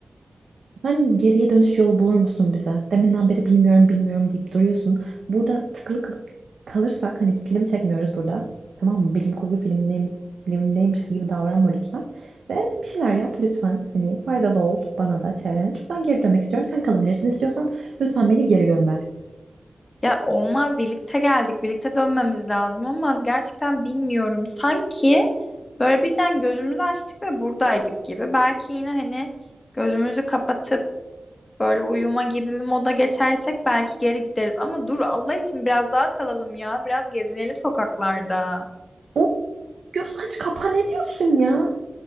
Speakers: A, on the right; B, on the left.
A: Sen geriye dönüş yolu bulur musun bize? Deminden beri bilmiyorum bilmiyorum deyip duruyorsun. Burada tıkılı kal- kalırsak hani film çekmiyoruz burada. Tamam mı? Bilim kurgu filmindeyim, filmindeymişiz gibi davranma lütfen. Ve bir şeyler yap lütfen. Hani faydalı ol bana da çevrene. Çünkü ben geri dönmek istiyorum. Sen kalabilirsin istiyorsan lütfen beni geri gönder.
B: Ya olmaz birlikte geldik birlikte dönmemiz lazım ama gerçekten bilmiyorum. Sanki böyle birden gözümüzü açtık ve buradaydık gibi. Belki yine hani gözümüzü kapatıp Böyle uyuma gibi bir moda geçersek belki geri gideriz. Ama dur Allah için biraz daha kalalım ya. Biraz gezinelim sokaklarda.
A: O göz aç kapa ne diyorsun ya?